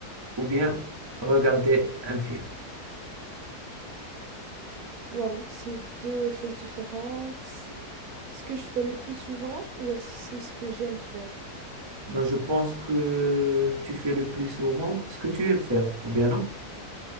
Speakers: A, on the right (about 35°); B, on the right (about 70°).
A: ou bien regarder un film?
B: Waouh, c'est deux choses différentes. Ce que je fais le plus souvent ou est-ce que c'est ce que j'aime faire?
A: Ben, je pense que tu fais le plus souvent ce que tu aimes faire, ou bien non?